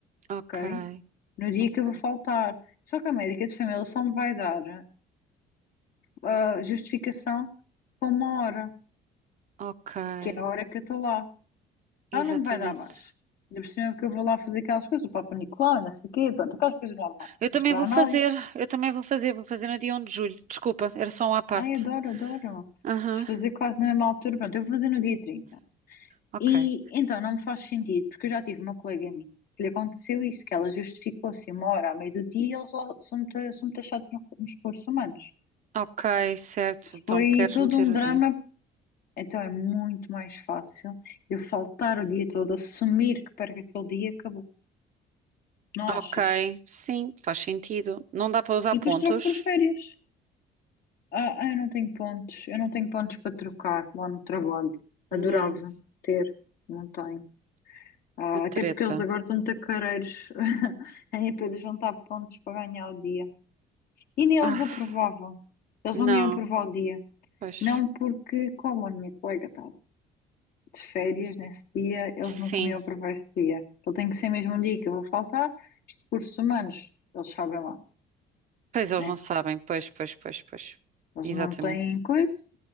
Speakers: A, on the right (about 50°); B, on the left (about 65°).
A: ok,
B: ok? No dia
A: ok,
B: que eu vou faltar. Só que a médica de família só me vai dar a justificação com uma hora,
A: ok.
B: que é a hora que eu estou lá.
A: Exatamente.
B: Ela não me vai dar abaixo. Ainda por cima é que eu vou lá fazer aquelas coisas, o Papa Nicolau, não sei o quê, pronto, aquelas coisas normais.
A: Eu também
B: Mostrar
A: vou
B: análises.
A: fazer, eu também vou fazer, vou fazer no dia 1 de julho. Desculpa, era só um à parte.
B: Ai, adoro, adoro. Vamos
A: Aham,
B: fazer quase na mesma altura. Pronto, eu vou fazer no dia trinta
A: ok.
B: E então não me faz sentido, porque eu já tive uma colega minha que lhe aconteceu isso, que ela justificou-se uma hora à meio do dia e eles lá são muito, são muito achados no- nos recursos humanos.
A: Ok, certo. Então
B: Foi
A: queres
B: todo
A: meter
B: um
A: o
B: drama,
A: dia.
B: então é muito mais fácil eu faltar o dia todo, assumir que perco aquele dia e acabou, não achas?
A: Ok, sim, faz sentido. Não dá para usar
B: E
A: pontos?
B: depois troco por férias. Ah, ah, eu não tenho pontos, eu não tenho pontos para trocar lá no trabalho.
A: Não,
B: Adorava ter, não tenho. Ah,
A: uma treta.
B: até porque eles agora estão tacareiros <laughs> em poder juntar pontos para ganhar o dia. E nem eles
A: Ah,
B: aprovavam. Eles
A: não,
B: não me iam aprovar o dia.
A: pois.
B: Não porque, como a minha colega está de férias nesse dia, eles
A: Sim,
B: nunca me iam aprovar esse dia. Então tem que ser mesmo um dia que eu vou faltar. Os recursos humanos, eles sabem lá,
A: pois eles
B: né?
A: não sabem. Pois, pois, pois, pois.
B: Eles
A: Exatamente.
B: não têm coisa.